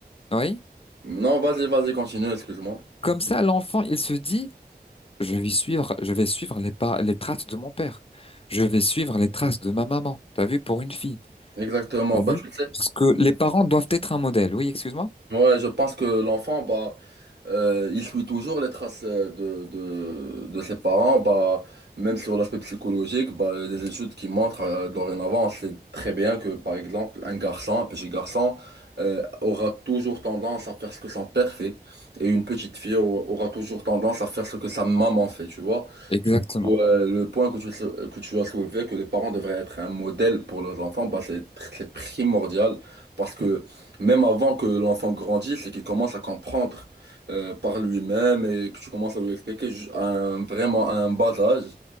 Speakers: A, on the left; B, on the right.
A: oui?
B: Non, vas-y, vas-y, continue, excuse-moi.
A: Comme ça, l'enfant, il se dit, je vais suivre, je vais suivre les pas, les traces de mon père. Je vais suivre les traces de ma maman. T'as vu? Pour une fille.
B: Exactement.
A: T'as
B: Bah,
A: vu?
B: tu sais,
A: Parce que les parents doivent être un modèle. Oui, excuse-moi?
B: Ouais, je pense que l'enfant, bah, euh, il suit toujours les traces euh, de, de, de ses parents, bah, même sur l'aspect psychologique, bah, il y a des études qui montrent euh, dorénavant, on sait très bien que, par exemple, un garçon, un petit garçon, euh, aura toujours tendance à faire ce que son père fait, et une petite fille au- aura toujours tendance à faire ce que sa maman fait, tu vois.
A: Exactement.
B: Du coup, euh, le point que tu, sou- que tu as soulevé, que les parents devraient être un modèle pour leurs enfants, bah, c'est tr- c'est primordial, parce que même avant que l'enfant grandisse et qu'il commence à comprendre euh, par lui-même et que tu commences à lui expliquer ju- à un, vraiment à un bas âge,